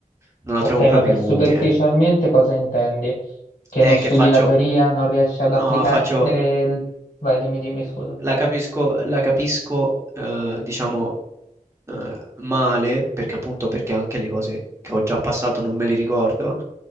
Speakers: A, on the right; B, on the left.
A: Non
B: Ok,
A: la trovo
B: ma
A: proprio
B: per superficialmente
A: utile.
B: cosa intendi? che
A: E
B: non studi
A: che faccio?
B: la teoria, non riesci ad
A: No,
B: applicare...
A: faccio,
B: il- Vai, dimmi, dimmi, scusa.
A: la capisco, la capisco, eh, diciamo, eh, male, perché appunto perché anche le cose che ho già passato non me le ricordo,